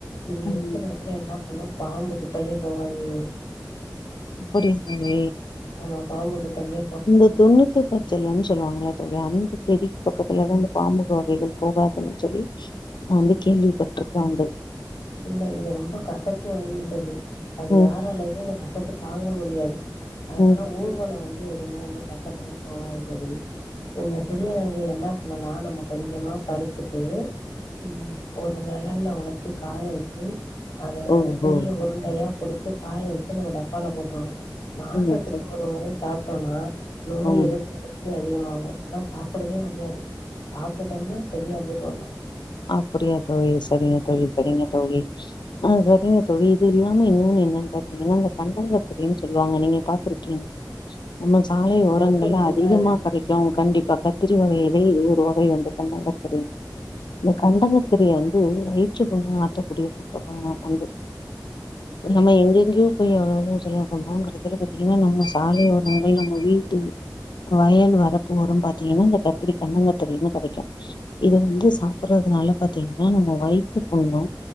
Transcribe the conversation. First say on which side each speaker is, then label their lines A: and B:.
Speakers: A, on the left; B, on the left.
A: இது
B: ம்.
A: எதுக் அது என்னா பண்ணு பாம்பு கிட்டயே போவாது
B: அப்படியா தோழி
A: ஆமா பாம்பு கிட்டவே
B: இந்த தொண்ணூத்தி வெற்றுலன்னு சொல்லுவாங்கள அதோட அந்த செடிக் பக்கத்துல தா அந்த பாம்பு வகைகள் போகாதுன்னு சொல்லி நா வந்து கேள்விப்பட்ருக்கோ அது
A: இல்ல இது ரொம்ப கசப்பு வகையின்றது அது
B: ம்.
A: யாராலயுமே இந்த கசப் கசப்பு தாங்க முடியாது அதனால
B: ம்.
A: ஊர்வன வந்து எதுவுமே வந்து பக்கத்துலயே போவாது தோழி இந்த சிறியனங்க என்னா பண்ணலா நம்ம கொஞ்சமா பறிச்சிட்டு ம் ஒரு நிழல்ல உளுத்தி காய வச்சி அத
B: ஓஹோ!
A: சிறிய உருண்டையா புடிச்சு காய வெச்சி நம்ம டப்பால போட்ருணு மாசத்துக்கு
B: ம். சரி.
A: ஒரு முறை சாப்டோம்னா நோய்
B: ம்.
A: எதிர்ப்பு சக்தி தி அதிகமாகு ஆனா சாப்படவே முடியாது சாப்டுட்டோம்னா பெரிய அபூர்வோ தா
B: அப்புடியா தோழி செரிங்க தோழி செரிங்க தோழி ஆ செரிங்க தோழி இது இல்லாம இன்னொன்னு என்னான்னு பாத்தீங்கன்னா இந்த கண்டங்கத்திரின்னு சொல்லுவாங்க நீங்க பாத்திருக்கீங் நம்ம சாலை ஓரங்கள்லா
A: மொட்டு இருக்கும்ல
B: அதிகமா
A: அதுல
B: கடைக் க்கு கண்டிப்பா கத்திரி வகையிலே இது ஒரு வகை வந்து கண்டங்கத்திரி இந்த கண்டங்கத்ரிய வந்து வயிற்று புண்ண ஆத்தக்கூடிய சொல்றாங்க வந்து நம்ம எங் எங்யோ போய் எவ்ளோ எவ்ளோவோ சொலவு பண்றோ கடைசில பாத்தீங்கன்னா நம்ம சாலைய ஒரங்கள் நம்ம வீட்டு வயல் வரப்பு வரும் பாத்தீங்கனா இந்த கத்திரி கண்டங்கத்திரி கடைக்கு இது வந்து சா சாப்புறதுனால பாத்தீங்கன்னா நம்ம வயித்து புண்ணு